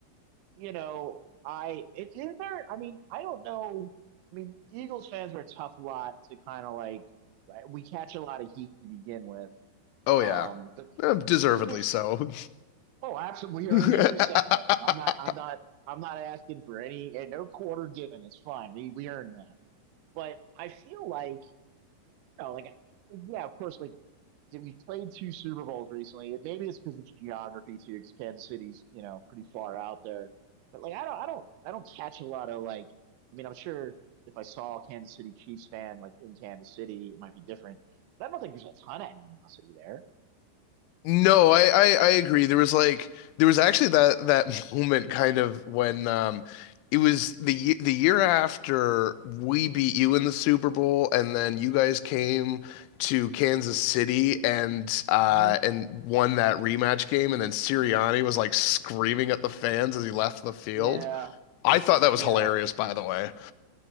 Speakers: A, on the right; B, on the left.
A: you know, I it is there. I mean, I don't know. I mean, Eagles fans are a tough lot to kind of like. right, We catch a lot of heat to begin with.
B: Oh
A: Um,
B: yeah.
A: but
B: Eh, Deservedly
A: is there? s-
B: so.
A: Oh, absolutely. We
B: <laughs>
A: earn every second of it. I'm not. I'm not. I'm not asking for any and no quarter given. It's fine. We we earn that. But I feel like, you know, like yeah, of course, like that we played two Super Bowls recently. It, maybe it's because it's geography too, because Kansas City's you know pretty far out there. But like I don't I don't I don't catch a lot of like I mean I'm sure if I saw a Kansas City Chiefs fan like in Kansas City it might be different. But I don't think there's a ton of animosity there.
B: No, I, I I agree. There was like there was actually that that <laughs> moment kind of when um it was the ye- the year after we beat you in the Super Bowl and then you guys came to Kansas City and uh
A: Mm-hmm.
B: and won that rematch game and then Sirianni was like screaming at the fans as he left the field.
A: Yeah,
B: I thought that was
A: yeah.
B: hilarious, by the way.